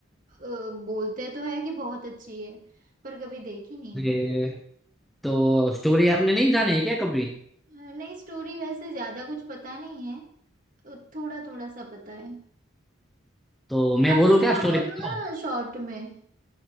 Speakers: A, on the right; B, in the centre.
A: अ, बोलते तो है कि बहुत अच्छी है पर कभी देखी नहीं मैंने
B: ये तो स्टोरी आपने नहीं जानी है क्या कभी
A: अ, नहीं स्टोरी वैसे ज्यादा कुछ पता नहीं है थोड़ा थोड़ा सा पता है
B: तो मैं
A: आप
B: बोलूँ
A: मुझे
B: क्या स्टोरी
A: बता
B: बताओ
A: दो ना शॉर्ट में